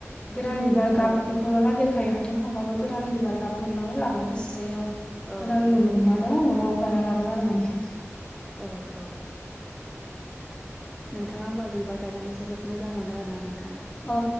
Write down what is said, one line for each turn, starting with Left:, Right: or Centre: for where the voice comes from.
Left: गोदान बिबार
Centre: औ
Left: गाब खौल' नागिरखायो हाथायाव थांबाबो गोदान बिबार गाब मोनबानो लाबनो गोसो जायो आं
Centre: औ औ
Left: गोदान
Centre: औ
Left: मोनबानो
Centre: नोंथां
Left: न'आव गायना लागोन आरो माने
Centre: औ औ नोंथाङा होमबा बिबार गायनानै जोबोद मोजां मोनो आरो ना नोंथां
Left: औ